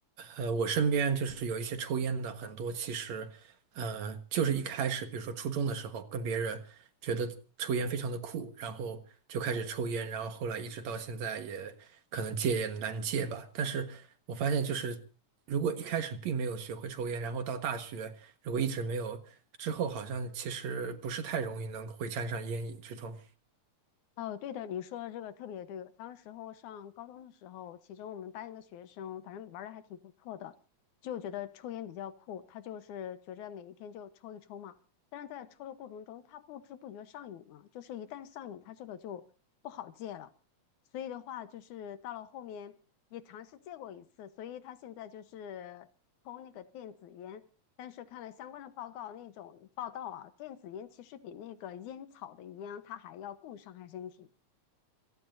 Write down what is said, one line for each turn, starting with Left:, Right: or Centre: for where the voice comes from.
Right: 呃，我身边就是有一些抽烟的，很多其实，呃，就是一开始，比如说初中的时候，跟别人觉得抽烟非常的酷，然后就开始抽烟，然后后来一直到现在也可能戒也难戒吧。但是我发现就是，如果一开始并没有学会抽烟，然后到大学如果一直没有，之后好像其实不是太容易能会沾上烟瘾这种。
Left: 哦，对的，你说的这个特别对。当时候上高中的时候，其中我们班一个学生，反正玩的还挺不错的，就觉得抽烟比较酷，他就是觉着每一天就抽一抽嘛。但是在抽的过程中，他不知不觉上瘾了，就是一旦上瘾，他这个就不好戒了。所以的话，就是到了后面也尝试戒过一次，所以他现在就是抽那个电子烟，但是看了相关的报告，那种报道啊，电子烟其实比那个烟草的烟它还要更伤害身体。